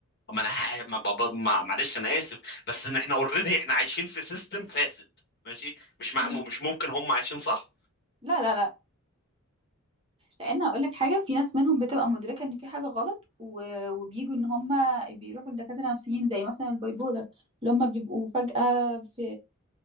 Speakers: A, on the left; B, on the right.
A: ما انا ح- ما بابا ما معلش انا اسف بس ان احنا اوريدي احنا عايشين في سيستم فاسد ماشي مش مع...
B: امم
A: مش ممكن هم عايشين صح
B: لا لا لا لأن هقول لك حاجة في ناس منهم بتبقى مدركة إن في حاجة غلط و... وبيجوا إن هم بيروحوا لدكاترة نفسيين زي مثلا البايبولر اللي هم بيبقوا فجأة في